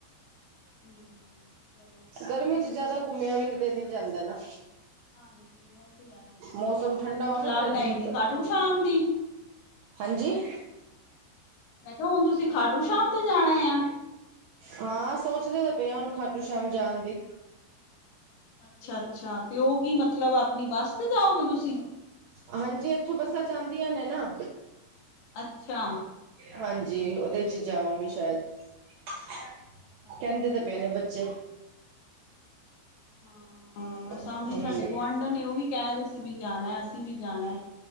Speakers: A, on the left; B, on the right.
A: ਹਮ ਚਲੋ
B: ਗਰਮੀ 'ਚ ਜਿਆਦਾ ਘੁੰਮਿਆ ਵੀ ਨਹੀਂ ਤੇ ਨਹੀਂ ਜਾਂਦਾ ਨਾ।
A: ਹਾਂਜੀ, ਇਹ ਤੇ ਏ
B: ਮੌਸਮ
A: ਹੁਣ ਤੁਸੀਂ
B: ਠੰਡਾ ਹੋਵੇ
A: ਸਲਾਹ
B: ਨਾ ਫਿਰ
A: ਬਣਾਈ
B: ਦਿਨ
A: ਦੀ ਕਾਟ ਸ਼ਾਮ ਦੀ।
B: ਹਾਂਜੀ।
A: ਮੈਂ ਕਿਹਾ, ਹੁਣ ਤੁਸੀਂ ਖਾਟੂ ਸ਼ਾਮ ਤੇ ਜਾਣਾ ਆ।
B: ਹਾਂ ਸੋਚਦੇ ਤਾਂ ਪਏ ਹੁਣ ਖਾਟੂ ਸ਼ਾਮ ਜਾਣ ਦੀ।
A: ਅੱਛਾ-ਅੱਛਾ ਤੇ ਉਹ ਕੀ ਮਤਲਬ ਆਪਣੀ ਬੱਸ ਤੇ ਜਾਓਗੇ ਤੁਸੀ?
B: ਹਾਂਜੀ, ਇੱਥੋਂ ਬੱਸਾਂ ਜਾਂਦੀਆਂ ਨੇ ਨਾ।
A: ਅੱਛਾ।
B: ਹਾਂਜੀ, ਉਹਦੇ ਚ ਜਾਵਾਂਗੇ ਸ਼ਾਇਦ। ਕਹਿੰਦੇ
A: ਅੱਛਾ ਅੱਛਾ
B: ਤੇ ਪਏ ਨੇ ਬੱਚੇ।
A: ਹਾਂ ਸਾਹਮਣੇ
B: ਹਮ
A: ਸਾਡੇ ਗੁਆਂਢਾਂ ਨੇ ਉਹ ਵੀ ਕਹਿ ਰਹੇ ਸੀ ਵੀ ਜਾਣਾ ਅਸੀਂ ਵੀ ਜਾਣਾ।